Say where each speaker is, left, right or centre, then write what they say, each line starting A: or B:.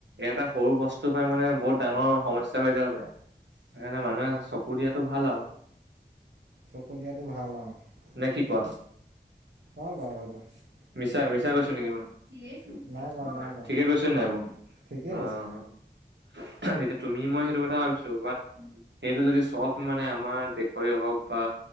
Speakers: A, on the right; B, on the right.
A: এটা সৰু বস্তু পৰাই মানে বহুত ডাঙৰ সমস্যা হৈ যাব পাৰে। সেইকাৰণে মানুহে চকু দিয়াতো ভাল আৰু।
B: চকু দিয়াতো ভাল আৰু।
A: নে কি কোৱা
B: হয় বাৰু হয় ব
A: মিছা মিছা কৈছো নেকি মই। <unintelligible>
B: নাই কোৱা নাই কোৱা
A: ঠিকে কৈছো নাই বাৰু
B: ঠিকেই
A: অ,
B: কৈছা
A: অ। এতিয়া তুমি মই সেইটো কথা ভাবিছো বাট সেইটো যদি চব মানে আমাৰ দেশৰে হওক বা